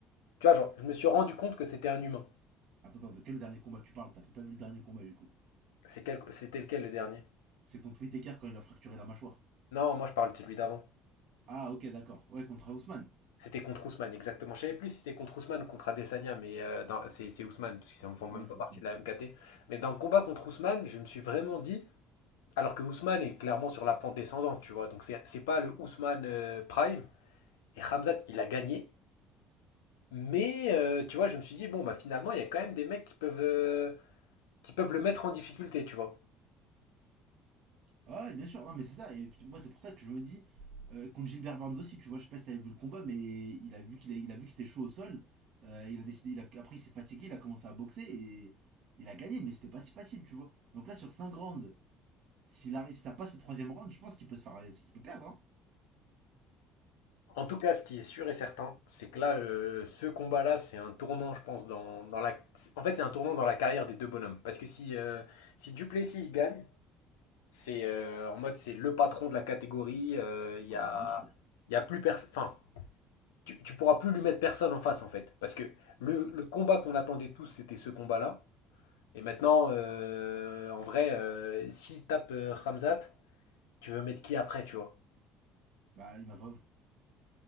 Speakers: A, on the left (about 80°); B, on the right (about 60°).
A: Tu vois, genre, je me suis rendu compte que c'était un humain.
B: Attends, attends, de quel dernier combat tu parles T'as peut-être pas vu le dernier combat du coup.
A: C'est quel- C'était lequel le dernier?
B: C'est contre Whittaker quand il a fracturé la mâchoire.
A: Non, moi, je parle de celui d'avant.
B: Ah, ok, d'accord. Ouais, contre Ousmane.
A: C'était contre Ousmane, exactement. Je savais plus si c'était contre Ousmane ou contre Adesanya, mais euh, dans- c'est c'est Ousmane, parce qu'ils ne font même
B: Ouais,
A: pas
B: c'est
A: partie
B: Ousmane.
A: de la MKT. Mais dans le combat contre Ousmane, je me suis vraiment dit, alors que Ousmane est clairement sur la pente descendante, tu vois, donc c'est c'est pas le Ousmane euh, Prime. Et Ramzat, il a gagné, Mais euh, tu vois, je me suis dit, bon, bah finalement, il y a quand même des mecs qui peuvent, euh, qui peuvent le mettre en difficulté, tu vois.
B: Ouais, bien sûr. Non, mais c'est ça. Et puis moi, c'est pour ça que je me dis. euh, contre Gilbert Burns aussi, tu vois, je sais pas si t'avais vu le combat, mais il a vu qu'il a, il a vu que c'était chaud au sol. Euh, il a décidé, il a, après il s'est fatigué, il a commencé à boxer et il a gagné, mais c'était pas si facile, tu vois. Donc là, sur 5 rounds, s'il arri- si ça passe le troisième round, je pense qu'il peut se faire, qu'il peut perdre. hein.
A: En tout cas, ce qui est sûr et certain, c'est que là, euh, ce combat-là, c'est un tournant, je pense, dans, dans la... En fait, c'est un tournant dans la carrière des deux bonhommes. Parce que si, euh, si Duplessis il gagne, c'est euh, en mode, c'est le patron de la catégorie, euh, il y
B: Ah
A: a,
B: bah bien sûr,
A: il y a plus personne... Enfin, tu, tu pourras plus lui mettre personne en face, en fait. Parce que le,
B: c'est ça.
A: le combat qu'on attendait tous, c'était ce combat-là. Et maintenant, euh, en vrai, euh, s'il tape euh, Ramzat, tu veux mettre qui après, tu vois?
B: Bah il m'a pas